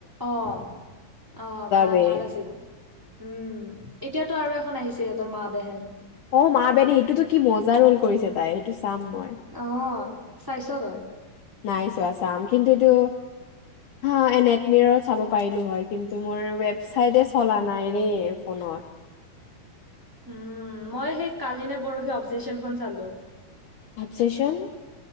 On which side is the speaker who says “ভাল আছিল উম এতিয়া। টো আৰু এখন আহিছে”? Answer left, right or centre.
Centre